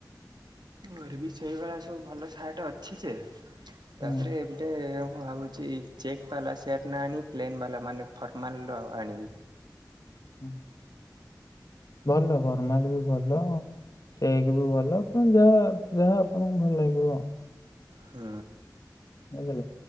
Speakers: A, on the right (about 80°); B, on the left (about 55°).
A: ମୋର ବି ସେଇଭଳିଆ ସବୁ ଭଲ ସାର୍ଟ ଅଛି ଯେ
B: ହୁଁ
A: ତାପରେ ଏବେ ମୁଁ ଭାବୁଛି ଚେକ୍ ବାଲା ସାର୍ଟ ନା ଆଣି ପ୍ଲେନ୍ ବାଲା ମାନେ ଫର୍ମାଲ ର ଆଣିବି
B: ହୁଁ ହୁ ଭଲ ଫରମାଲ୍ ବି ଭଲ ଚେକ୍ ବି ଭଲ ଆପଣ ଯାହା ଯାହା ଆପଣଙ୍କୁ ଭଲ ଲାଗିବ
A: ହୁଁ
B: ବୁଝିଲ